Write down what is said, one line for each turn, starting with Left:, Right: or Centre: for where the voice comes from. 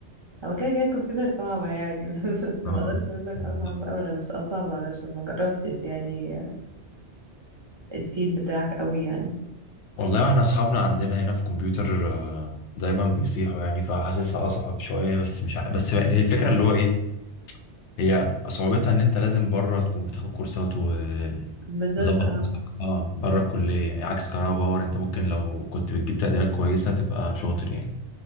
Right: هو كده كده كمبيوتر صعبة يعني <laughs> بس
Left: اه
Right: ما أقدرش أقول لك
Left: بالظبط
Right: أصعب بقى ولا مش أصعب علشان ما جربتش يعني آه، الفيد بتاعك أوي يعني
Left: والله واحنا اصحابنا عندنا هنا في كمبيوتر آه، دايما بيصيحوا يعني فحاسسها اصعب شويه بس مش عارف بس هي الفكره اللي هو ايه هي صعوبتها ان انت لازم بره تكون بتاخد كورسات و...
Right: بالظبط
Left: مظبط
Right: اه
Left: نفسك اه بره الكلية يعني عكس كهرباء باور انت ممكن لو كنت بتجيب تقديرات كويسة تبقى شاطر يعني